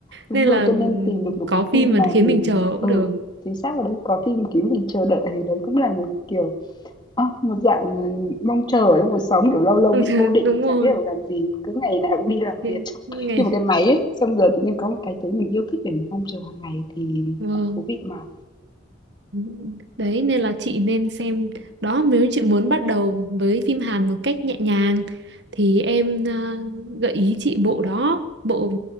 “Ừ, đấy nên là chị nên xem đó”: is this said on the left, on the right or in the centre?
Right